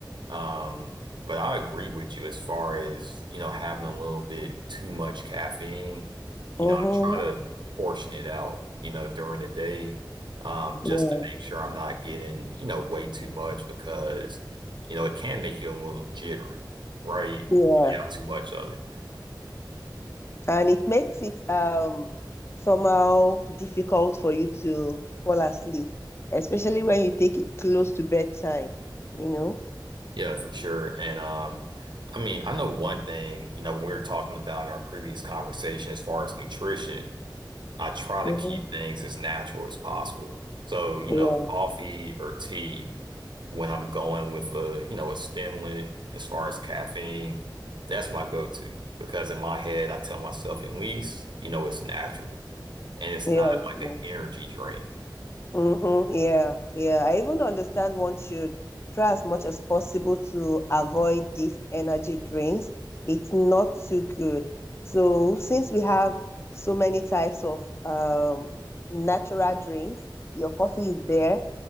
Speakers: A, on the right; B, on the left.
A: Um, but I agree with you as far as, you know, having a little bit too much caffeine. You
B: Mm-hmm.
A: know, I try to portion it out, you know, during the day, um, just
B: Yeah,
A: to make sure I'm not getting, you know, way too much because, you know, it can make you a little jittery, right?
B: yeah.
A: If you have too much of it.
B: And it makes it um somehow difficult for you to fall asleep, especially when you take it close to bedtime, you know?
A: Yeah, for sure. And um, I mean, I know one thing, you know, when we were talking about in our previous conversation as far as nutrition. I try
B: Mm-hmm.
A: to keep things as natural as possible. So, you
B: Yeah,
A: know, coffee or tea, when I'm going with a, you know, a stimulant as far as caffeine, that's my go-to because in my head, I tell myself at least, you know, it's natural and it's
B: yeah.
A: not
B: it's not-
A: like an energy drink.
B: Mm-hmm. Yeah, yeah. I even understand one should try as much as possible to avoid these energy drinks. It's not too good. So since we have so many types of um natural drinks, your coffee is there,